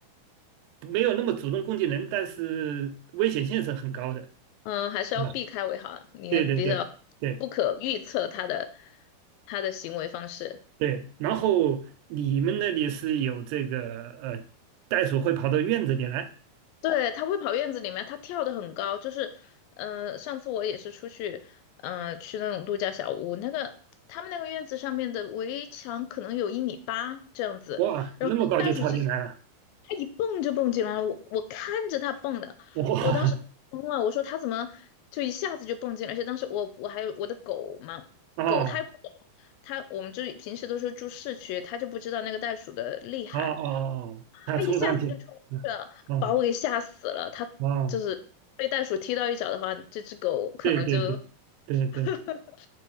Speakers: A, on the right; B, on the left.
A: 没有那么主动攻击人，但是危险性是很高的。
B: 嗯，还是要避开为好啊，
A: 嗯，
B: 你也比较不可预测它的
A: 对对对对
B: 它的行为方式。
A: 对。然后你们那里是有这个呃，袋鼠会跑到院子里来，
B: 对，它会跑院子里面，它跳得很高，就是，呃，上次我也是出去，呃，去那种度假小屋，那个他们那个院子上面的围墙可能有一米八这样子，
A: 哇，
B: 然后那个袋鼠直接，
A: 那么高就跳进来了，
B: 它一蹦就蹦进来了，我我看着它蹦的，
A: 哇，
B: 我当时懵了，我说它怎么就一下子就蹦进来，而且当时我我还有我的狗嘛，
A: 哦
B: 狗它也不懂，它我们就平时都是住市区，它就不知道那个袋鼠的厉害。
A: 哦哦哦，它冲上去，
B: 他一下子就冲过去了，
A: 嗯哦
B: 把我给吓死了。他就是被袋鼠踢到一脚的话，
A: 哦，
B: 这只狗可能就，
A: 对对对对对。
B: <laughs>